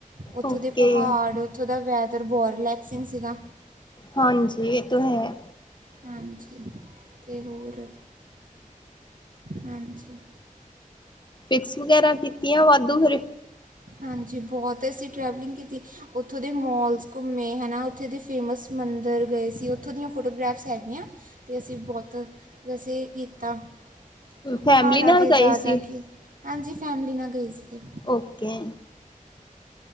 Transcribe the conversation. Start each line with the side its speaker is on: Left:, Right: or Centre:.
Right: ਓਥੋਂ
Left: ਓਕੇ
Right: ਦੇ ਪਹਾੜ ਓਥੋਂ ਦਾ ਵੈਦਰ ਬਹੁਤ ਰਿਲੈਕਸਿੰਗ ਸੀਗ ਸੀਗਾ।
Left: ਹਾਂਜੀ ਏ ਤੋਂ ਹੈ।
Right: ਹਾਂਜੀ ਤੇ ਹੋਰ? ਹਾਂਜੀ।
Left: ਪੀਕਸ ਵਗੈਰਾ ਕੀਤੀਆਂ ਵਾਦੂ ਫੇਰ
Right: ਹਾਂਜੀ ਬੌਤ ਅਸੀਂ ਟਰੈਵਲਿੰਗ ਕੀਤੀ ਓਥੋਂ ਦੇ ਮੋਲਸ ਘੁੰਮੇ ਹੈ ਨਾ ਓਥੇ ਦੇ ਫੇਮਸ ਮੰਦਰ ਗਏ ਸੀ ਓਥੋਂ ਦੀਆਂ ਫੋਟੋਗ੍ਰਾਫਸ ਹੈਗੀਆਂ ਤੇ ਅਸੀਂ ਬੌਤ ਰਸੇ ਕੀਤਾ।
Left: ਫੈਮਲੀ
Right: ਪਹਾੜਾਂ
Left: ਨਾਲ
Right: ਤੇ
Left: ਗਏ
Right: ਜਾ-ਜਾ
Left: ਸੀ।
Right: ਕੇ ਹਾਂਜੀ ਫੈਮਲੀ ਨਾਲ ਗਏ ਸੀਗੇ।
Left: ਓਕੇ।